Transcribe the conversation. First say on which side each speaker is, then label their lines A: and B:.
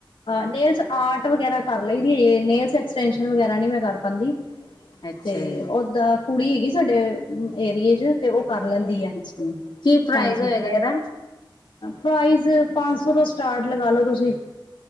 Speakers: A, on the left; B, on the left.
A: ਨੇਲਸ ਆਰਟ ਵਗੈਰਾ ਕਰ ਲਈ ਦੀ ਹਜੇ ਵਗੈਰਾ ਨਹੀਂ ਮੈਂ ਕਰ ਪਾਂਦੀ।
B: ਅੱਛਾ
A: ਤੇ
B: ਜੀ
A: ਓ ਕੁੜੀ ਹੈਗੀ। ਸਾਡੇ ਏਰੀਏ ਚ ਤੇ ਉਹ ਕਰ ਲੈਂਦੀ ਹੈ।
B: ਅੱਛਾ ਕੀ ਪ੍ਰਾਈਜ਼
A: ਹਾਂਜੀ,
B: ਹੋਏਗਾ ਇਹਦਾ
A: ਪ੍ਰਾਈਜ਼ ਪੰਜ ਸ ਉਥੋਂ ਤੋਂ ਸਟਾਰਟ ਲਗਾ ਲੋ, ਤੁਸੀਂ